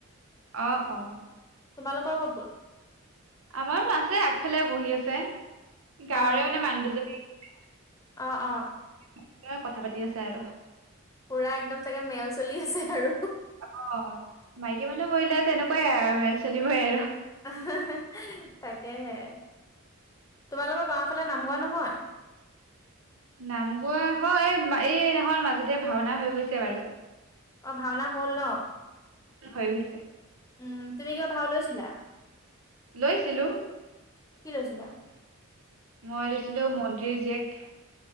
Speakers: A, on the right (about 80°); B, on the left (about 15°).
A: অ অ।
B: তোমালোকৰ ক'ত গ'ল?
A: আমাৰো আছে আগফালে বহি আছে গাঁৱৰে
B: অ
A: মানে মানুহ দুজনী আহিছে।
B: অ অ
A: পুৰা কথা পাতি আছে আৰু
B: পুৰা একদম চাগে মেল চলি আছে আৰু।
A: অ মাইকী মানুহ বহিলে তেনেকুৱাই আৰু মেল চলিবই আৰু।
B: আ হা হে হে তাকেহে। তোমালোকৰ গাঁৱৰ ফালে নাম গোৱা নহয়?
A: নাম গোৱা হয়, এইদিনাখন মাজতে ভাওনা হৈ গৈছে বাৰু।
B: অ ভাওনা হল ন
A: হৈ গৈছে
B: উম তুমি কি ভাও লৈছিলা
A: লৈছিলো
B: কি লৈছিলা
A: মই লৈছিলো মন্তিৰ জীয়েক